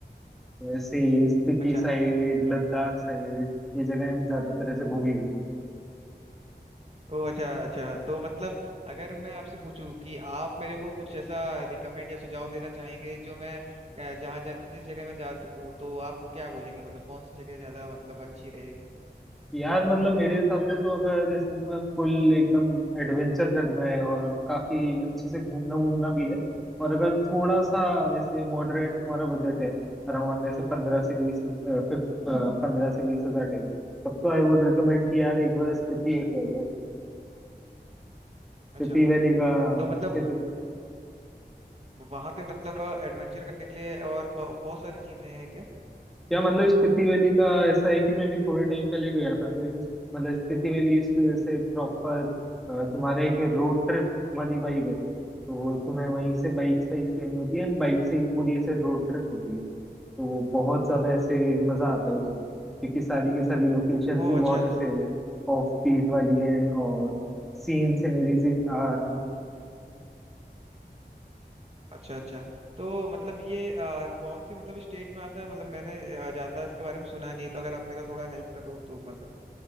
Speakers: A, in the centre; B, on the right.
A: तो ऐसे ही स्पीति
B: अच्छा
A: साइड लद्दाख साइड ये जगह ज्यादातर ऐसे घूमी गई
B: ओ अच्छा अच्छा तो मतलब अगर मैं आपसे पूछूं कि आप मेरे को कुछ ऐसा रिकमेंड या सुझाव देना चाहेंगे जो मैं अ, जहाँ जा, जिस जगह मैं जा सकूं तो आप क्या बोलेंगे मतलब कौन सी जगह ज्यादा मतलब अच्छी रहेगी
A: यार मतलब मेरे हिसाब से तो अगर जैसे तुम्हें फुल एकदम एडवेंचर करना है और काफी अच्छे से घूमना वूमना भी है और अगर थोड़ा सा ऐसे मॉडरेट तुम्हारा बजट है अराउंड जैसे पंद्रह से बीस पंद्रह से बीस हजार टाइप तब तो आई वुड रिकमेंड कि यार एक बार स्पीति होके आ जाओ स्पीति
B: अच्छा अच्छा
A: वैली का
B: तो मतलब
A: स्पीति
B: वहां पे मतलब एडवेंचर करने के लिए और ब- बहुत सारी चीजें हैं क्या
A: या मतलब स्पीति वैली का ऐसा है कि मैं भी थोड़े टाइम पहले गया था तो एक- मतलब स्पीति वैली इस- से प्रॉपर तुम्हारे एक रोड ट्रिप वाली वाइब है तो तुम्हें वहीं से बाइक बाइक्स लेनी होती है एंड बाइक से ही पूरी ऐसे रोड ट्रिप होती है तो वो बहुत ज्यादा ऐसे मजा आता है उसमें क्योंकि सारी की सारी लोकेशंस
B: ओ
A: भी बहुत
B: अच्छा अच्छा
A: ऐसे ऑफ बीट वाली हैं और सीन सिनरीज आर
B: अच्छा अच्छा तो मतलब ये अ, कौन से मतलब स्टेट में आता है मतलब मैंने अ, ज्यादा इसके बारे में सुना नहीं तो अगर आप मेरा थोड़ा हेल्प करो तो मजा